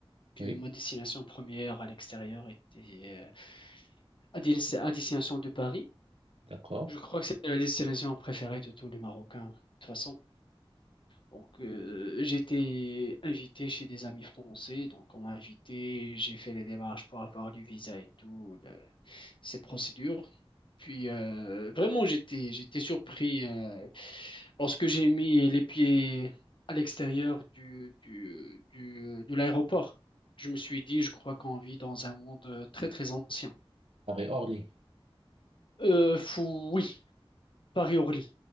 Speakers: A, on the left; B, on the right.
A: que
B: oui,
A: ma destination première à l'extérieur était euh, à des- à destination de Paris.
B: d'accord.
A: Je crois que c'est la destination préférée de tous les Marocains, de toute façon. Donc, euh, j'étais invité chez des amis français, donc on m'a invité, j'ai fait les démarches pour avoir du visa et tout, le- ces procédures. Puis, euh, vraiment, j'étais, j'étais surpris euh, lorsque j'ai mis les pieds à l'extérieur du, du, du- de l'aéroport. Je me suis dit, je crois qu'on vit dans un monde euh, très, très ancien.
B: Paris-Orly.
A: Euh, fou, oui, Paris-Orly.